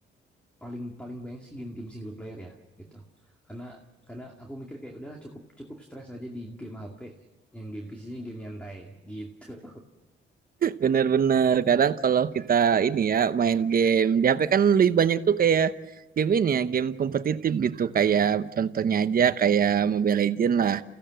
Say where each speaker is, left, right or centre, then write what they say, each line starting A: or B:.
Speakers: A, in the centre; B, on the right.
A: paling paling banyak sih game-game single player ya gitu karena karena aku mikir kayak udahlah cukup cukup stres aja di game HP yang game PC-nya game nyantai gitu
B: Bener-bener kadang kalau kita ini ya main game di HP kan lebih banyak tuh kayak game ini ya game kompetitif gitu kayak contohnya aja kayak Mobile Legends lah